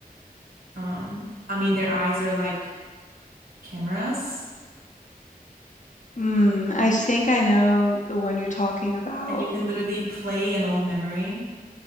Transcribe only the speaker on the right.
Um, I mean their eyes are like cameras
and you can literally play an old memory.